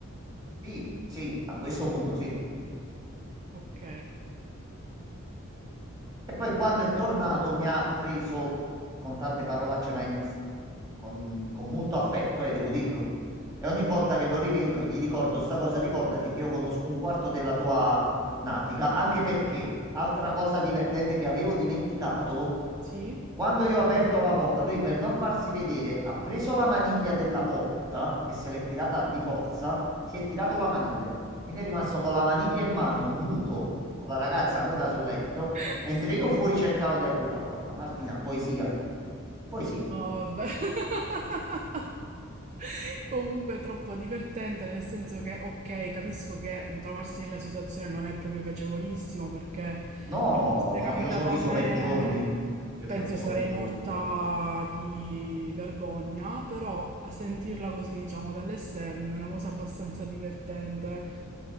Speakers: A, on the right; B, on the right.
A: Sì, sì, a questo punto sì.
B: ok,
A: E poi quando è tornato mi ha preso con tante parolacce, ma in- con, con molto affetto, eh, devo dirlo. E ogni volta che lo rivedo gli ricordo sta cosa, ricordati che io conosco un quarto della tua natica, anche perché, altra cosa divertente che avevo dimenticato,
B: sì.
A: quando io ho aperto la porta, lui per non farsi vedere ha preso la maniglia della porta e se l'è tirata di forza, si è tirato la maniglia. Quindi è rimasto con la maniglia in mano, nudo, con la ragazza nuda sul letto.
B: <laughs>
A: Mentre
B: Sì.
A: io fuori cercavo di aprire la porta. Martina, poesia? Poesia.
B: No, vabbè. <laughs> Comunque è troppo divertente, nel senso che, ok, capisco che mh, trovarsi nella situazione non è proprio piacevolissimo, perché
A: No,
B: se fosse
A: no,
B: capitato
A: io ci ho riso
B: a me,
A: per giorni. Io
B: penso
A: ci ho riso
B: sarei
A: per giorni,
B: morta
A: Martina.
B: di vergogna, però a sentirla così, diciamo, dall'esterno è una cosa abbastanza divertente.